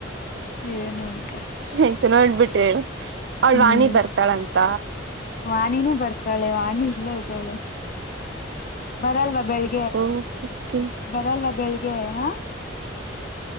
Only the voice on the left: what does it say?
ಏನು ಅಂತ
ಹ್ಮ್
ವಾಣಿನೂ ಬರ್ತಾಳೆ ವಾಣಿ ಇಲ್ಲೇ ಇದ್ದಾಳೆ ಬರಲ್ವಾ ಬೆಳಿ
ಬರಲ್ವಾ ಬೆಳಿಗ್ಗೆ ಹಾ